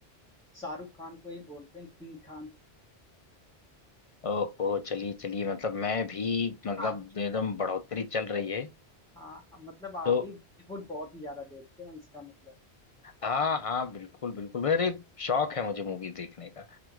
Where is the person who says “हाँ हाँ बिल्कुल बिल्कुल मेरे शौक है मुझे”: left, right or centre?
Left